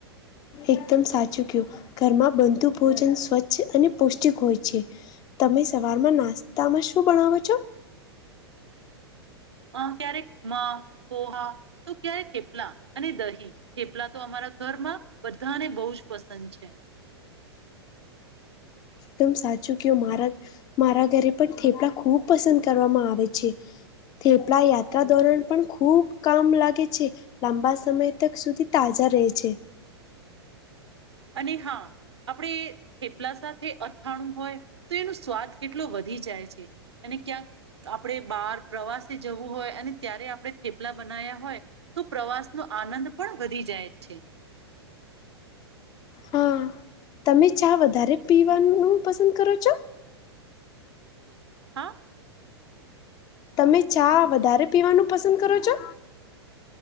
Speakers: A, on the left; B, on the right.
A: એકદમ સાચું કીયુ ઘરમાં બંધુ ભોજન સ્વચ્છ અને પૌષ્ટિક હોય છે. તમે સવારમાં નાસ્તામાં શું ભણાવો છો.
B: અ ક્યારેક પોહા તો ક્યારેક હેપલા અને દહી. કેપલા તો અમારા ઘરમાં બધાને બહુ જ પસંદ છે.
A: એકદમ સાચું કેવ મારા મારા ઘરે પણ થેપડા ખૂબ પસંદ કરવામાં આવે છે. થેપળા યાત્રા દોરણ પણ ખૂબ કામ લાગે છે. લાંબા સમય તક સુધી તાજા રહે છે.
B: અને હા. આપણે થેપલા સાથે અથાણું હોય તો એનો સ્વાદ કેટલો વધી જાય છે. અને ક્યાંક આપણે બાર પ્રવાસે જવું હોય અને ત્યારે આપણે થેપલા બના્યા હોય. તો પ્રવાસ નો આનંદ પણ વધી જાય છે.
A: હા. તમે ચા વધારે પીવાનું પસંદ કરો છો?
B: હા
A: તમે ચા વધારે પીવાનું પસંદ કરો છો?